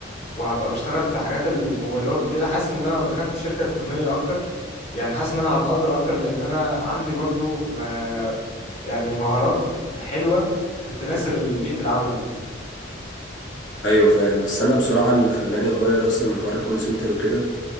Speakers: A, on the left; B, on the left.
A: وهبقى بشتغل في حاجات الموبايلات وكده حاسس ان انا لو دخلت شركة تقنية اكتر يعني حاسس ان انا هتقدر اكتر لان انا عندي برضو ما يعني مهارات حلوة تناسب بيئة العمل
B: ايوه فاهم بس انا بصراحه اللي خلاني اغير اصلا من حوار الكول سنتر وكده